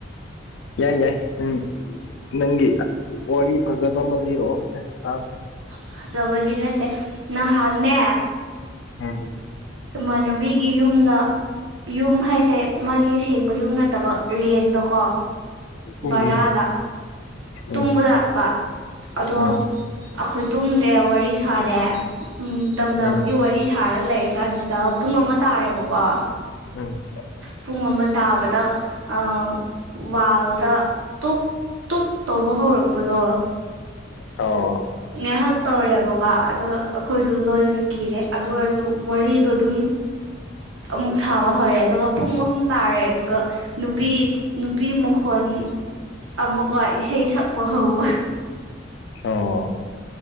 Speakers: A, on the left; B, on the right.
A: ꯌꯥꯏ ꯌꯥꯏ ꯎꯪ ꯅꯪꯒꯤ ꯋꯥꯔꯤ ꯐꯖꯕ ꯑꯃ ꯂꯤꯔꯛꯑꯣ ꯁꯦ ꯇꯥꯥꯁꯦ
B: ꯐꯖꯕꯗꯤ ꯅꯠꯇꯦ ꯅꯍꯥꯟꯅꯦ
A: ꯎꯪ
B: ꯏꯃꯥꯟꯅꯕꯤꯒꯤ ꯌꯨꯝꯗ ꯌꯨꯝ ꯍꯥꯏꯁꯦ ꯃꯥꯒꯤ ꯁꯦꯡꯕ ꯌꯨꯝ ꯅꯠꯇꯕ ꯔꯦꯟꯗꯀꯣ
A: ꯎꯝ
B: ꯚꯔꯥꯗ
A: ꯎꯝ
B: ꯇꯨꯝꯕꯂꯥꯛꯄ ꯑꯗꯣ
A: ꯎꯝ
B: ꯑꯩꯈꯣꯏ ꯇꯨꯝꯗ꯭ꯔꯦ ꯋꯥꯔꯤ ꯁꯥꯔꯦ ꯎꯝ ꯇꯝꯅꯕꯒꯤ
A: ꯎꯝ
B: ꯋꯥꯔꯤ ꯁꯥꯔ ꯂꯩꯔꯦ ꯀꯥꯟꯖꯤꯗ ꯄꯨꯡ ꯑꯃ ꯇꯥꯔꯦꯕꯀꯣ
A: ꯎꯪ
B: ꯄꯨꯡ ꯑꯃ ꯇꯥꯕꯗ ꯑꯥ ꯋꯥꯜꯗ ꯇꯨꯛ ꯇꯨꯛꯇꯧꯕ ꯍꯧꯔꯛꯄꯗꯣ
A: ꯑꯥꯑꯣ
B: ꯉꯥꯏꯍꯥꯛ ꯇꯧꯔꯦꯕꯀꯣ ꯑꯗꯨꯒ ꯑꯩꯈꯣꯏꯗꯨ ꯂꯣꯏꯅ ꯀꯤꯔꯦ ꯑꯗꯨ ꯑꯣꯏꯔꯖꯨ ꯋꯥꯔꯤꯗꯣ ꯑꯗꯨꯝ ꯑꯃꯨꯛ ꯁꯥꯕ ꯍꯧꯔꯦ ꯑꯗꯨꯒ ꯄꯨꯡ ꯑꯍꯨꯝ ꯇꯥꯔꯦ ꯑꯗꯨꯒ ꯅꯨꯄꯤ ꯅꯨꯄꯤ ꯃꯈꯣꯟ ꯑꯃꯨꯛꯀꯣ ꯏꯁꯩ ꯁꯛꯄ ꯍꯧꯕ
A: ꯑꯣꯑꯣ